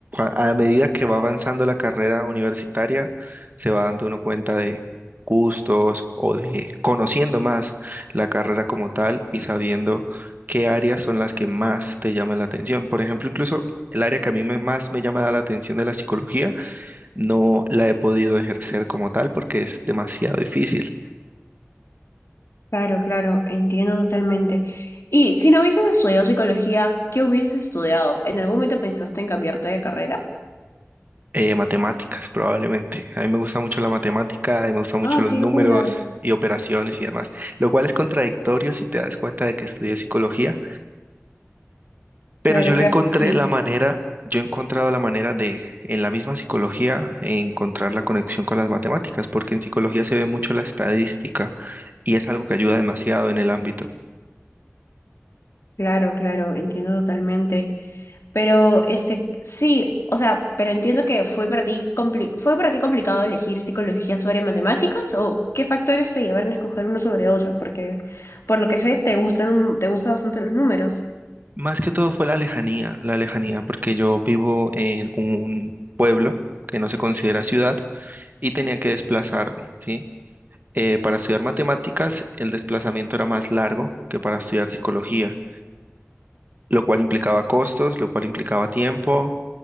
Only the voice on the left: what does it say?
Claro, claro, entiendo totalmente. Y si no hubieses estudiado psicología, ¿qué hubieses estudiado? ¿En algún momento pensaste en cambiarte de carrera?
Ah,
qué
locura.
Claro,
claro,
sí.
Claro, claro, entiendo totalmente. Pero este, sí, o sea, pero entiendo que fue para ti compli- fue para ti complicado elegir psicología sobre matemáticas o qué factores te llevaron a escoger uno sobre otro, porque por lo que sé te gustan un- te gustan bastante los números.